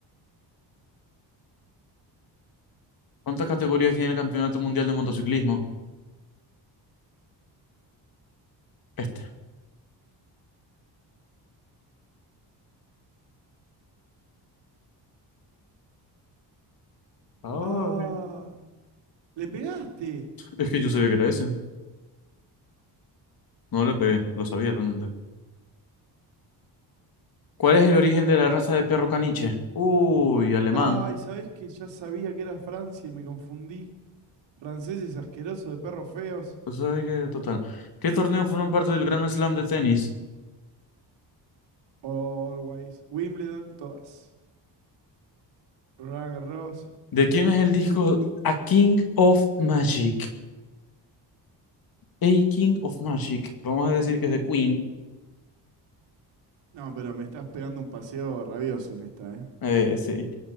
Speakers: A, on the left (about 55°); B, on the right (about 85°).
A: ¿Cuántas categorías tiene el Campeonato Mundial de Motociclismo? Este. Ah,
B: Ah,
A: bien.
B: le pegaste.
A: Es que yo sabía que era ese. No le pegué, lo sabía realmente. ¿Cuál es el origen de la raza de perro caniche? Uy, alemán.
B: Ay, ¿sabés que ya sabía que era Francia y me confundí? Franceses asquerosos de perros feos.
A: Pues hay que, total. ¿Qué torneos fueron parte del Grand Slam de tenis?
B: Always. Wimbledon, todas. Roland Garros.
A: ¿De quién es el disco A King of Magic? A King of Magic, vamos a decir que es de Queen,
B: No, pero me estás pegando un paseo rabioso en esta, ¿eh?
A: eh, sí.